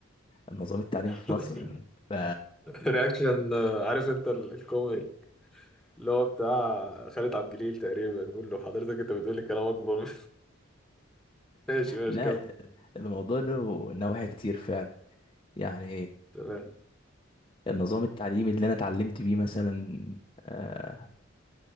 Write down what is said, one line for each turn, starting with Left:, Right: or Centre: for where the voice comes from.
Left: النظام التعليمي في
Centre: <laughs>
Left: مصر <laughs> ف
Centre: رياكشن آه، عارف انت ال- الكوميدي اللي هو بتاع خالد عبد الجليل تقريبا بيقول له حضرتك انت بتقول لي كلام اكبر من- <laughs> ماشي ماشي
Left: لا
Centre: كمل
Left: الموضوع له نواحي كتير فعلا يعني
Centre: تمام
Left: النظام التعليمي اللي انا اتعلمت بيه مثلا آه،